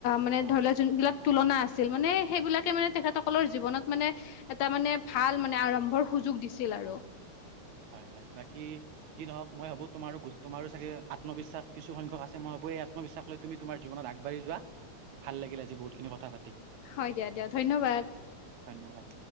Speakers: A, on the left (about 70°); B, on the right (about 75°).
A: মানে
B: অ
A: ধৰি লোৱা যোনবিলাক তুলনা আছিল মানে সেইবিলাকে মানে তেখেতসকলৰ জীৱনত মানে এটা মানে ভাল মানে আৰম্ভৰ সু সুযোগ দিছিল আৰু
B: হয় হয় বাকী যি নহওক মই ভাবো তোমাৰো তোমাৰো চাগে আত্মবিশ্বাস কিছু সংখ্যক আছে মই ভো আত্মবিশ্বাস লৈ তুমি তোমাৰ জীৱনত আগবাঢ়ি যোৱা ভাল লাগিল আজি বহু খিনি কথা পাতি
A: হয় দিয়া দিয়া ধন্যবাদ
B: ধন্যবাদ